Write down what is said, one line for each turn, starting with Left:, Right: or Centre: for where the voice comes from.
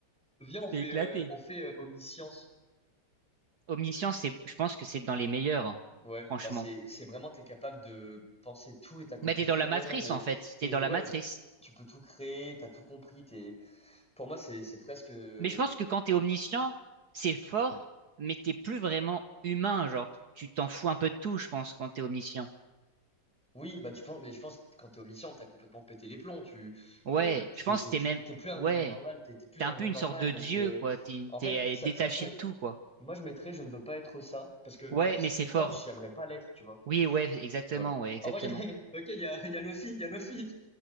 Centre: Viens,
Right: c'est
Centre: on fait
Right: éclaté.
Centre: euh, on fait euh, omniscience.
Right: Omniscience, c'est, je pense que c'est dans les meilleurs, hein,
Centre: Ouais,
Right: franchement.
Centre: bah c'est c'est vraiment t'es capable de penser tout et t'as compris
Right: Bah, t'es dans
Centre: tout
Right: la
Centre: le monde
Right: matrice,
Centre: et
Right: en fait,
Centre: t'es
Right: t'es dans la
Centre: ouais
Right: matrice.
Centre: tu peux tout créer, t'as tout compris, t'es Pour moi, c'est c'est presque. euh,
Right: Mais je pense que quand t'es omniscient, c'est fort, mais t'es plus vraiment humain, genre, tu t'en fous un peu de tout, je pense, quand t'es omniscient.
Centre: Oui, bah tu penses, mais je pense que quand t'es omniscient, t'as complètement pété les plombs. Tu,
Right: Ouais,
Centre: euh,
Right: je
Centre: t'es
Right: pense
Centre: t'es
Right: que
Centre: plus,
Right: t'es même,
Centre: t'es plus un
Right: ouais,
Centre: humain normal, t'es t'es plus
Right: t'es
Centre: dans
Right: un
Centre: le
Right: peu
Centre: monde
Right: une
Centre: normal.
Right: sorte de
Centre: Donc,
Right: dieu,
Centre: euh,
Right: quoi, t'es
Centre: en
Right: t'es,
Centre: fait, ça,
Right: euh, détaché
Centre: ça peut.
Right: de tout, quoi.
Centre: Moi, je mettrais, je ne veux pas être ça, parce que
Right: Ouais,
Centre: même si
Right: mais
Centre: c'est
Right: c'est
Centre: fort,
Right: fort.
Centre: j'aimerais pas l'être, tu vois.
Right: Oui, ouais, exactement,
Centre: Voilà.
Right: ouais, exactement.
Centre: Oh, regarde, <laughs> ok, il y a, il y a Luffy, il y a Luffy,